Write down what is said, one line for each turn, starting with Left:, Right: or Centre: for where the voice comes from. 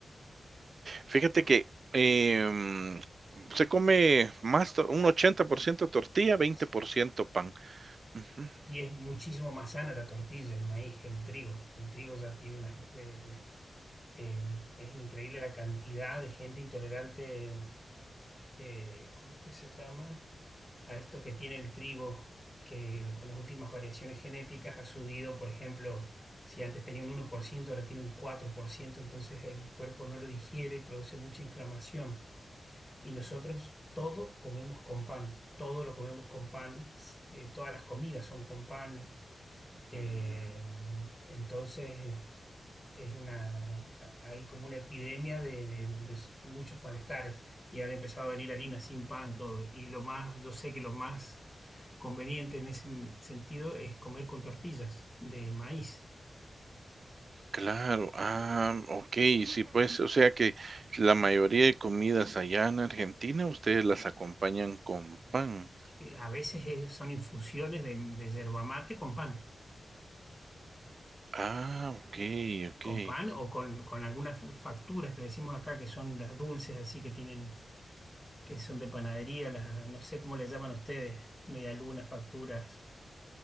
Right: Fíjate que, em, se come más to un 80% tortilla, 20%
Left: Sí.
Right: pan. Ujú.
Left: Y es muchísimo más sana la tortilla, el maíz que el trigo. El trigo ya tiene unas... eh, eh, es increíble la cantidad de gente intolerante, eh, ¿cómo que se llama? a esto que tiene el trigo, que con las últimas variaciones genéticas ha subido, por ejemplo, si antes tenía un uno por ciento ahora tiene un cuatro por ciento entonces el cuerpo no lo digiere y produce mucha inflamación. Y nosotros todo comemos con pan, todo lo comemos con pan, s- eh, todas las comidas son con pan. eh,
Right: Mm,
Left: entonces es una, hay como una epidemia de, de- de s- muchos malestares y han empezado a venir harinas sin pan, todo. Y lo más, yo sé que lo más conveniente en ese m- sentido es comer con tortillas de maíz.
Right: claro. Ah, okey, sí, pues, o sea que la mayoría de comidas allá en Argentina, ustedes las acompañan con pan.
Left: Eh, A veces es- son infusiones de, de yerba mate con pan,
Right: Ah, okey, okey.
Left: con pan o con, con algunas facturas que le decimos acá que son las dulces así que tienen, que son de panadería, las, no sé cómo le llaman ustedes, medialunas, facturas.